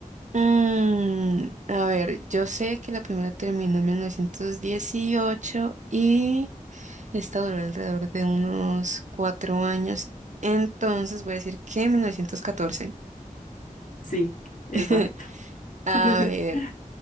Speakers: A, on the right; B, on the left.
A: Mm, a ver, yo sé que la primera terminó en 1918 y esta duró alrededor de unos cuatro años. Entonces voy a decir que 1914.
B: Sí, exacto.
A: <laughs> A
B: <laughs>
A: ver.